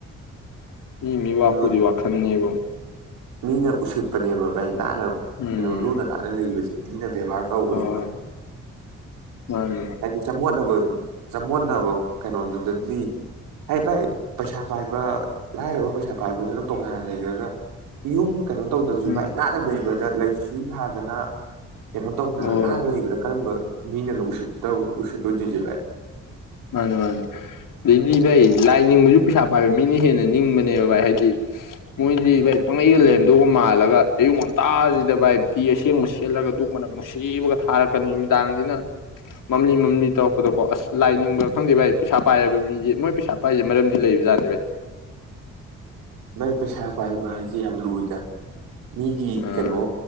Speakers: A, on the left; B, on the right.
A: ꯃꯤ ꯃꯤ ꯋꯥꯄꯨꯗꯤ
B: ꯑꯗꯨ
A: ꯋꯥꯈꯟꯅꯦꯕꯨ
B: ꯃꯤꯅ ꯎꯁꯤꯠꯄꯅꯦꯕ ꯚꯥꯏ ꯅꯥꯟꯅ
A: ꯎꯝ
B: ꯂꯨꯅ ꯅꯥꯟꯅ ꯂꯩꯕꯁꯦ ꯃꯤꯅꯝ ꯕꯦꯚꯥꯔ ꯇꯧꯕꯅꯦꯕ
A: ꯍꯣꯏ ꯃꯥꯅꯤ
B: ꯍꯥꯏꯗꯤ ꯆꯃꯣꯠꯅꯕ ꯆꯃꯣꯠꯅꯕ ꯀꯩꯅꯣꯗꯨꯗꯗꯤ ꯍꯥꯏ ꯕꯥꯏ ꯄꯩꯁꯥ ꯄꯥꯏꯕ ꯂꯥꯏꯔꯕ ꯄꯩꯁꯥ ꯄꯥꯏꯕꯗꯨꯅ ꯇꯣꯉꯥꯟꯅ ꯂꯩꯒ꯭ꯔꯒ ꯌꯨꯝ ꯀꯩꯅꯣꯝ ꯇꯧꯗ꯭ꯔꯁꯨ
A: ꯎꯝ
B: ꯚꯥꯏ ꯅꯥꯟꯅ ꯂꯩꯕꯗ ꯂꯩꯁꯨ ꯊꯥ ꯗꯅ ꯀꯩꯅꯣ ꯇꯧꯗꯅ
A: ꯍꯣꯏ
B: ꯅꯥꯟꯅ ꯂꯩꯕꯗ ꯀꯔꯝꯕ ꯃꯤꯅꯒ ꯎꯁꯤꯠ ꯇꯧ ꯎꯁꯤꯠꯂꯣꯏꯗꯣꯏꯖꯦ ꯕꯥꯏ
A: ꯃꯥꯅꯦ ꯃꯥꯅꯦ ꯂꯩꯕꯤꯗ꯭ꯔꯦ ꯂꯥꯏ ꯅꯤꯡꯕꯁꯨ ꯄꯩꯁꯥ ꯄꯥꯏꯕ ꯃꯤꯅ ꯍꯦꯟꯅ ꯅꯤꯡꯕꯅꯦꯕ ꯚꯥꯏ ꯍꯥꯏꯗꯤ ꯃꯣꯏꯗꯤ ꯚꯥꯏ ꯄꯪꯂꯩꯗ ꯂꯦꯔꯝꯗꯧꯒ ꯃꯥꯜꯂꯒ ꯑꯌꯨꯛ ꯉꯟꯇꯥꯁꯤꯗ ꯚꯥꯏ ꯐꯤ ꯑꯁꯦꯡꯕ ꯁꯦꯠꯂꯒ ꯗꯨꯛ ꯃꯅꯛ ꯅꯨꯡꯁꯤꯕꯒ ꯊꯥꯔꯛꯀꯅꯤ ꯅꯨꯃꯤꯗꯥꯡꯁꯤꯅ ꯃꯝꯂꯤ ꯃꯝꯂꯤ ꯇꯧꯔꯛꯄꯗꯀꯣ ꯑꯁ ꯂꯥꯏ ꯈꯪꯅꯤꯡꯕ ꯈꯪꯗꯦ ꯚꯥꯏ ꯄꯩꯁꯥ ꯄꯥꯏꯔꯕ ꯃꯤꯗꯤ ꯃꯣꯏ ꯄꯩꯁꯥ ꯄꯥꯏꯁꯦ ꯃꯔꯝꯗꯤ ꯂꯩꯕ ꯖꯥꯠꯅꯤ ꯚꯥꯏ
B: ꯚꯥꯏ ꯄꯩꯁꯥ ꯄꯥꯏꯕ ꯍꯥꯏꯁꯦ ꯌꯥꯝ ꯂꯨꯏꯗ ꯃꯤꯒꯤ
A: ꯑꯥ
B: ꯀꯩꯅꯣ